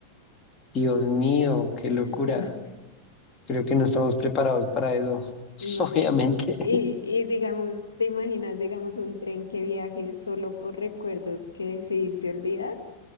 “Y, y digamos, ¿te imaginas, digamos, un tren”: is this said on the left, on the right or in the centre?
Left